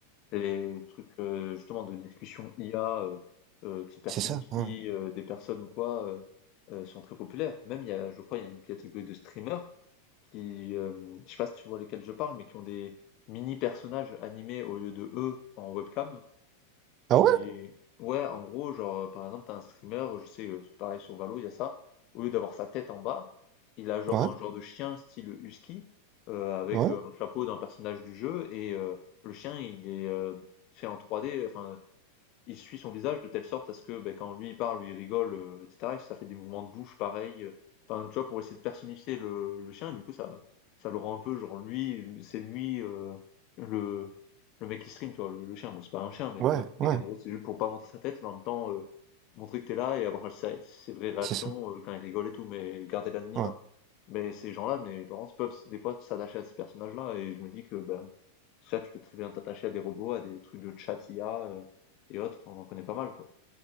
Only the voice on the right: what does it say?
C'est ça, ouais.
Ah ouais?
Ouais,
ouais,
ouais,
ouais,
c'est ça,
ouais.